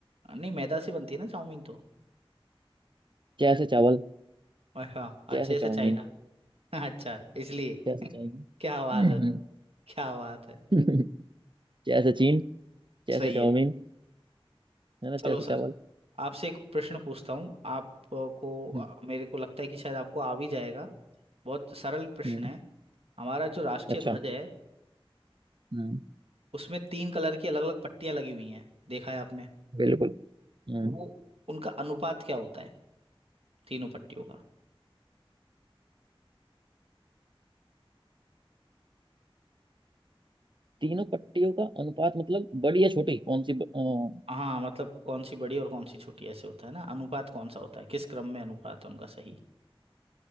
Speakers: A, on the right; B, on the right.
A: नहीं मैदा से बनती है ना चाउमीन तो
B: जैसे चावल
A: और हाँ अच्छे
B: जैसे
A: से
B: चाउमीन
A: चाइना अच्छा इसलिए
B: जैसे चाइनीज
A: क्या बात है सर क्या बात है
B: <laughs> जैसे चीन जैसे
A: सही
B: चाउमीन
A: है
B: है ना
A: चलो
B: जैसे
A: सर
B: चावल
A: आपसे एक प्रश्न पूछता हूँ आपको
B: हम्म
A: मेरे को लगता है कि शायद आपको आ भी जाएगा बहुत सरल प्रश्न
B: हम्म
A: है हमारा जो राष्ट्रीय
B: अच्छा
A: ध्वज है
B: हम्म
A: उसमें तीन कलर की अलग अलग पट्टियां लगी हुई हैं देखा है आपने
B: बिल्कुल हम्म।
A: वो उनका अनुपात क्या होता है तीनों पट्टियों का
B: तीनों पट्टियों का अनुपात मतलब बड़ी या छोटी कौन सी ब- अ,
A: हाँ मतलब कौन सी बड़ी और कौन सी छोटी ऐसे होता है ना अनुपात कौन सा होता है किस क्रम में अनुपात है उनका सही